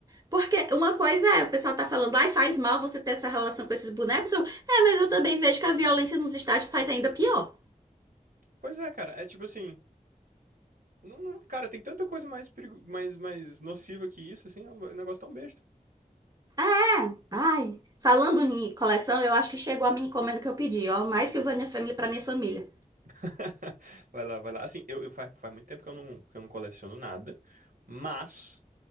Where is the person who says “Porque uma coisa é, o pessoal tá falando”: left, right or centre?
Right